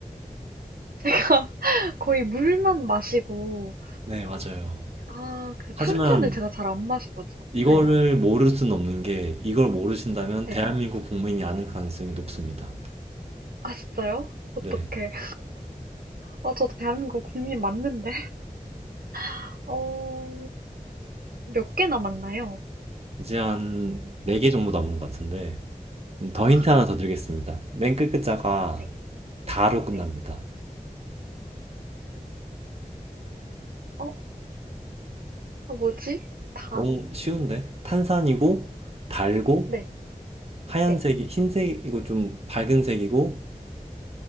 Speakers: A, on the right; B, on the right.
A: 제가 <laughs> 거의 물만 마시고,
B: 네, 맞아요.
A: 아, 그
B: 하지만
A: 탄산을 제가 잘 안 마셔가지고.
B: 이거를
A: 네,
B: 모를 수는 없는 게 이걸 모르신다면
A: 네.
B: 대한민국 국민이 아는 가능성이 높습니다.
A: 아, 진짜요? 어떡해.
B: 네.
A: 아, 저 대한민국 국민 맞는데? <laughs> 어, 몇 개 남았나요?
B: 이제 한 4개 정도 남은 것 같은데 그럼 더
A: 아하,
B: 힌트 하나 더 드리겠습니다. 맨 끝 글자가
A: 네,
B: 다로 끝납니다.
A: 네. 어, 아, 뭐지? 다?
B: 너무 쉬운데? 탄산이고 달고
A: 네,
B: 하얀색이
A: 네,
B: 흰색이고 좀 밝은 색이고